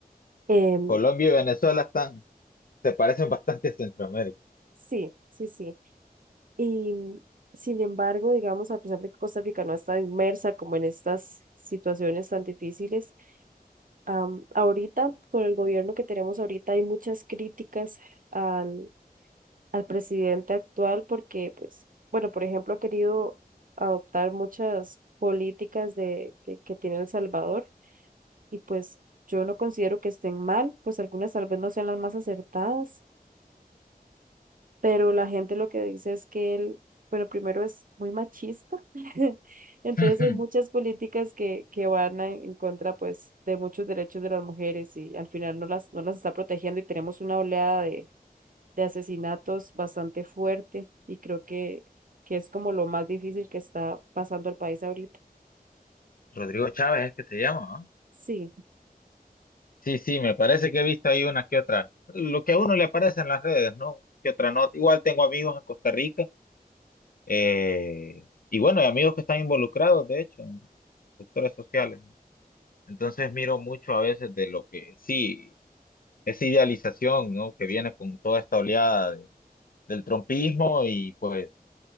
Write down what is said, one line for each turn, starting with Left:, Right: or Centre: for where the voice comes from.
Right: Em,
Left: Colombia y Venezuela están, se parecen bastante a Centroamérica.
Right: sí, sí, sí. Y mm, sin embargo, digamos, a pesar de que Costa Rica no está inmersa como en estas situaciones tan difíciles, Am, ahorita, con el gobierno que tenemos ahorita, hay muchas críticas al, al presidente actual porque, pues, bueno, por ejemplo, ha querido adoptar muchas políticas de, que, que tiene El Salvador y pues yo no considero que estén mal, pues algunas tal vez no sean las más acertadas, pero la gente lo que dice es que él, bueno, primero es muy machista, <laughs> entonces
Left: <laughs>
Right: hay muchas políticas que, que van a- en contra, pues, de muchos derechos de las mujeres y al final no las, no las está protegiendo y tenemos una oleada de, de asesinatos bastante fuerte y creo que, que es como lo más difícil que está pasando al país ahorita.
Left: Rodrigo Chávez es que se llama, ¿no?
Right: Sí,
Left: Sí, sí, me parece que he visto ahí unas que otras. Lo que a uno le aparece en las redes, ¿no? Que otra no. Igual tengo amigos en Costa Rica, eh, y bueno, hay amigos que están involucrados, de hecho, en sectores sociales. ¿no? Entonces miro mucho a veces de lo que, sí, esa idealización, ¿no? Que viene con toda esta oleada de- del trompismo y pues